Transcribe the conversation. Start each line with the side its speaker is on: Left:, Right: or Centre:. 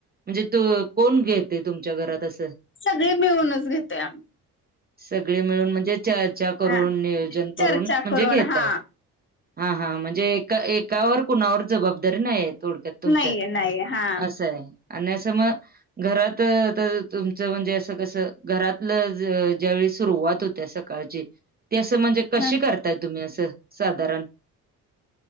Right: म्हणजे तू कोण घेतय तुमच्या घरात? तसं.
Left: सगळी मिळूनच घेतोय आम्ही.
Right: सगळे मिळून म्हणजे चर्चा करून,
Left: हा
Right: नियोजन करून,
Left: चर्चा
Right: म्हणजे
Left: करून
Right: घेताय.
Left: हा
Right: हा हा म्हन जे एका एकावर कुणावर जबाबदारी नाही हाय थोडक्यात तुमच्यात,
Left: नाहीये नाहीये हा
Right: असं हाय. आणि आस म घरात आता तुमचं म्हणजे असं कस घरातलं ज्यावेेळी सुरुवात हो त्या सकाळची ती असं म्हणजे कशी
Left: हा
Right: करताय तुम्ही असं साधारण